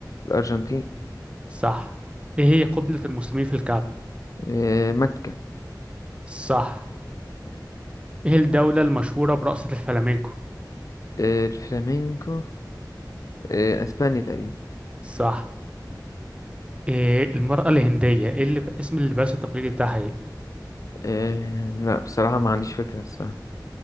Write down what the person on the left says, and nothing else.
الأرجنتين
آه مكة
آه الفلامينكو آه أسبانيا تقريبا
آه لا بصراحة ما عنديش فكرة الصراحة